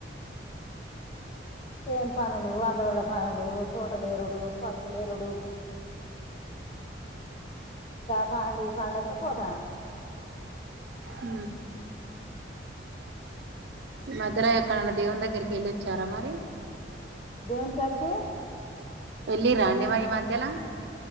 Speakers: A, on the left (about 30°); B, on the right (about 70°).
A: చేన్ పనులు అందరుళ్ళ పనులు తోటలు ఎరుడు పత్తుల ఎరుడు పలు ఈ పనులకే పోతాను
B: అ ఈ మధ్యలో ఎక్కడైన్నా దేవుని దగ్గరికి వెళ్ళిొచ్చారా మరి
A: దేవన్ కడకి
B: ఎళ రాండే మరి మాధ్యలా